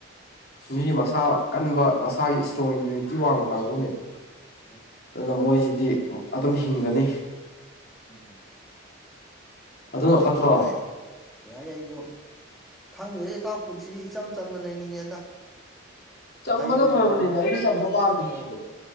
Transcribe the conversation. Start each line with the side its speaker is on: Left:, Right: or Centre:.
Centre: ꯎꯝ
Left: ꯃꯤ ꯃꯁꯥ ꯀꯟꯕ ꯃꯁꯥꯒꯤ ꯏꯁꯇ꯭ꯔꯣꯡ ꯏꯝꯃ꯭ꯌꯨꯅꯤꯇꯤ ꯋꯥꯡꯕ ꯀꯥꯡꯕꯨꯅꯦꯕ
Centre: ꯎꯝ
Left: ꯑꯗꯨꯅ ꯃꯣꯏꯁꯤꯗꯤ ꯑꯗꯨꯝ ꯍꯤꯡꯒꯅꯤ
Centre: ꯎꯝ
Left: ꯑꯗꯨꯅ
Centre: ꯑꯗꯣ
Left: ꯐꯠꯇ꯭ꯔꯣ
Centre: ꯌꯥꯏ ꯀꯩ ꯍꯥꯏ ꯑꯩꯖꯨ ꯈꯪꯗꯦꯗ ꯏꯇꯥꯎ ꯄꯨꯟꯁꯤꯁꯦ ꯏꯆꯝ ꯆꯝꯅ ꯂꯩꯅꯤꯡꯉꯦꯗ
Left: ꯆꯝꯕꯅ
Centre: ꯍꯩ ꯅꯨꯡ
Left: ꯐꯕꯅꯦꯃꯤ ꯑꯩꯗꯤ ꯆꯝꯕ ꯄꯥꯝꯃꯤꯅꯦꯃꯤ